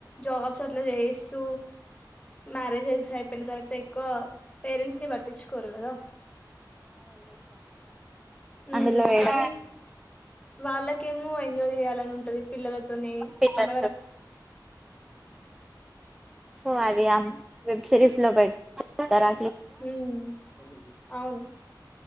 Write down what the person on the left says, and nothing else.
జాబ్స్ అట్లా చేయిస్తూ, మ్యారేజెస్ అయిపోయిన తర్వాత ఎక్కువ పేరెంట్స్ ని పట్టించుకోరు కదా ఉమ్
కానీ వాళ్ళకేమో ఎంజాయ్ చేయాలని ఉంటది పిల్లలతోనే
మన
మ్ అవును